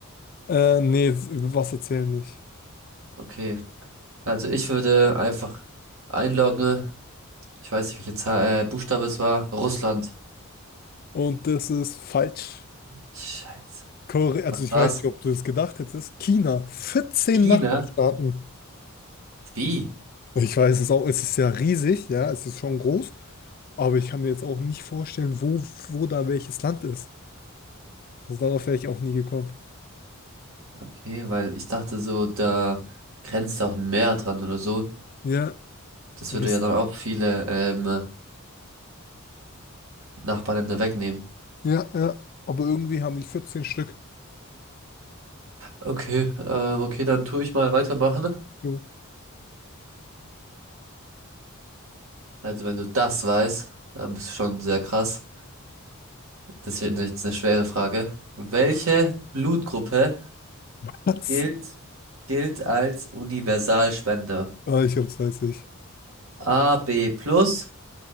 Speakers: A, on the left (about 45°); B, on the right (about 70°).
A: Äh, nee, über was erzählen nicht.
B: Okay, also ich würde einfach einloggen. Ich weiß nicht, welche Zahl, äh, Buchstabe es war. Russland.
A: Und das ist falsch.
B: Scheiße.
A: Korea, also
B: Was
A: ich
B: war's?
A: weiß nicht, ob du es gedacht hättest. China, 14
B: China?
A: Nachbarstaaten.
B: Wie?
A: Ich weiß es auch, es ist ja riesig, ja, es ist schon groß, aber ich kann mir jetzt auch nicht vorstellen, wo, wo da welches Land ist. Also darauf wäre ich auch nie gekommen.
B: Okay, weil ich dachte so, da grenzt auch ein Meer dran oder so.
A: Ja,
B: Das
A: und
B: würde
A: das,
B: ja dann auch viele ähm, Nachbarländer wegnehmen.
A: ja, ja, aber irgendwie haben die 14 Stück.
B: Okay, ähm, okay, dann tue ich mal weitermachen.
A: Jo.
B: Also wenn du das weißt, dann bist du schon sehr krass. Das wird jetzt eine schwere Frage. Welche Blutgruppe
A: <laughs>
B: gilt, gilt als Universalspender?
A: Äh, ich hab's, weiß ich.
B: A, B plus,